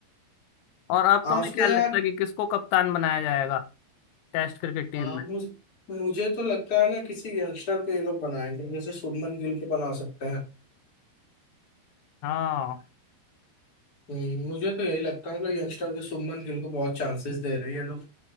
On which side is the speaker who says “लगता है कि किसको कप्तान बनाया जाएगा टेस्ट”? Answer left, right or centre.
Left